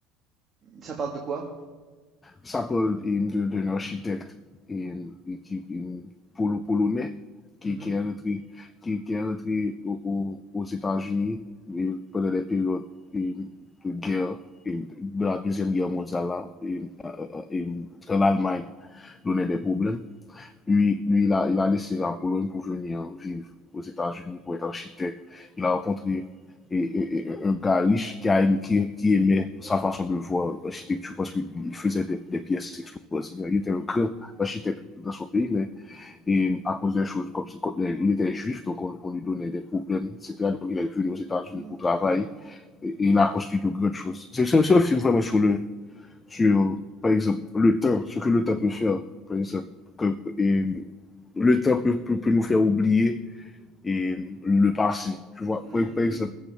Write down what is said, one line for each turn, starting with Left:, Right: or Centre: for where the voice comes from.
Right: Ça parle de quoi?
Left: Ça parle de- d'un architecte et, et qui, et polo- polonais qui,
Right: Mmh
Left: qui
Right: mh.
Left: est rentré, qui, qui est rentré au- au- aux États-Unis pendant des périodes et de guerre, et de la Deuxième Guerre mondiale, là, et, euh, euh, et euh, quand l'Allemagne donnait des problèmes. Lui, lui il, a, il a laissé la Pologne pour venir vivre aux États-Unis pour être architecte. Il a rencontré et, et- et un gars riche qui, a, qui, qui aimait sa façon de voir l'architecture parce qu'il faisait des, des pièces explosives. Il était un grand architecte dans son pays, mais et à cause des choses comme, comme il était juif, donc on, on lui donnait des problèmes, etc. Donc il est venu aux États-Unis
Right: Mmh.
Left: pour travailler et, et il a construit de grandes choses. C'est c'est- c'est un film vraiment sur le, sur, par exemple, le temps, ce que le temps peut faire, par exemple. que- et le temps peut, peut- peut nous faire oublier et le passé. Tu vois,
Right: Mmh.
Left: par, par exemple,